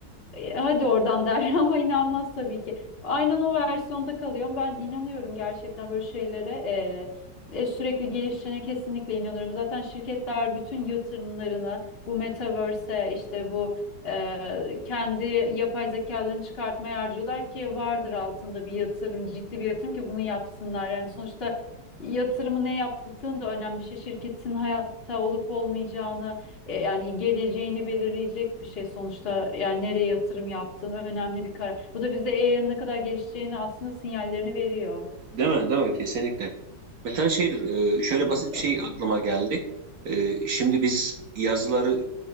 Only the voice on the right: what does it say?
Değil mi? Değil mi? Kesinlikle. Mesela şeydir, e, şöyle
basit bir
şey aklıma geldi. E, Şimdi biz yazıları